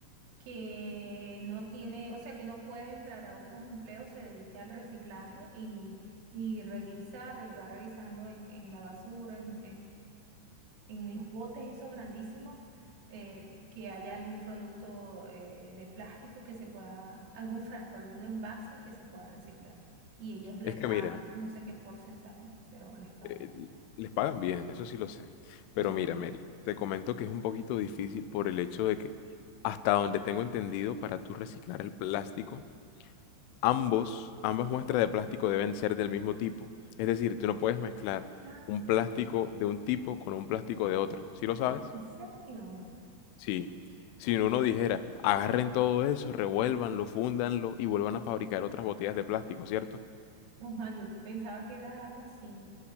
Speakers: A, on the right; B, on the left.
A: que no tiene, o sea, que no puede entrar a otros empleos, se dedica al reciclaje y, y revisa, re- va revisando en, en la basura, en, en los botes esos grandísimos, eh, que haya algún producto eh, de plástico que se pueda, algún frasco, algún envase que se pueda reciclar. Y ellos le
B: Es
A: pagan,
B: que mira,
A: no sé qué porcentaje, pero les pagan.
B: Eh, les pagan bien, eso sí lo sé. Pero
A: Ah,
B: mira, Mary, te comento que es un poquito difícil por el hecho de que, hasta donde tengo entendido, para tú reciclar el plástico, ambos, ambas muestras de plástico deben ser del mismo tipo. Es decir, tú no puedes mezclar
A: ah,
B: un plástico de un tipo con un plástico de otro. ¿Sí lo sabes?
A: ah, ¿en serio?
B: Sí. Si uno dijera, agarren todo eso, revuélvanlo, fúndanlo y vuelvan a
A: Ujú.
B: fabricar otras botellas de plástico, ¿cierto?
A: Ajá, yo pensaba que era algo así.